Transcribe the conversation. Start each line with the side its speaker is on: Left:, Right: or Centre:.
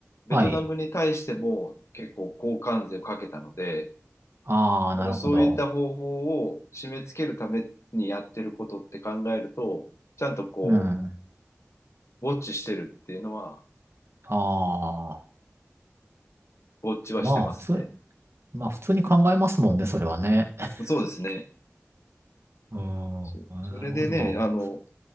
Left: ベトナムに対しても結構交換税をかけたので、
Right: はい。ああ、
Left: やっぱそういった方法を締め付けるためにやってることって考えると、
Right: なるほど。
Left: ちゃんとこ
Right: うん。あ
Left: う、ウォッチしてるっていうのは、
Right: あ。
Left: ウォッチはしてますね。
Right: まあ、普通、まあ、普通に考えますもんね、それはね。<laughs>
Left: そうですね。
Right: うーん。
Left: そう。
Right: なるほど。
Left: それでね、あの、